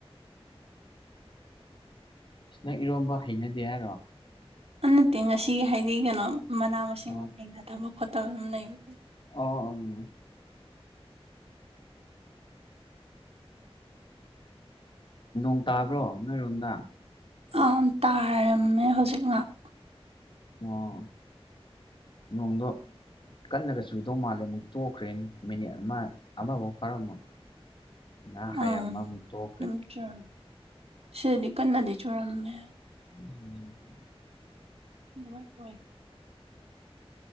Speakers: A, on the left; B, on the right.
A: ꯏꯁ ꯅꯪ ꯏꯔꯣꯝꯕ ꯍꯩꯅꯗꯦ ꯍꯥꯏꯔꯣ
B: ꯅꯠꯇꯦ ꯉꯁꯤ ꯍꯥꯏꯗꯤ ꯀꯅꯣ ꯃꯅꯥ ꯃꯁꯤꯡ
A: ꯑꯣ
B: ꯊꯦꯡꯅ <unintelligible> ꯈꯣꯠꯇꯕ ꯑꯗꯨꯝ ꯂꯩꯕ
A: ꯑꯣ ꯎꯝ ꯅꯣꯡ ꯇꯥꯕ꯭ꯔꯣ ꯅꯣꯏꯔꯣꯝꯗ
B: ꯑ ꯇꯥꯔꯝꯃꯦ ꯍꯧꯖꯤꯛ ꯉꯍꯥꯛ
A: ꯑꯣ ꯅꯣꯡꯗꯣ ꯀꯟꯅꯒ ꯆꯨꯗꯧ ꯃꯥꯜꯂꯦ ꯃꯨꯛ ꯇꯣꯛꯈ꯭ꯔꯦꯅ ꯃꯤꯅꯤꯠ ꯑꯃ ꯑꯃꯕꯥꯎ ꯐꯥꯔꯝꯃꯣꯢ ꯅ ꯍꯥꯏꯔꯝꯃ
B: ꯎꯝ
A: ꯃꯨꯛ ꯇꯣꯛꯈ꯭ꯔꯦ
B: ꯑꯗꯨꯝ ꯆꯨꯔꯝꯃꯦ ꯁꯤꯗꯗꯤ ꯀꯟꯅꯗꯤ ꯆꯨꯔꯝꯃꯦ
A: <inaudible>
B: <unintelligible>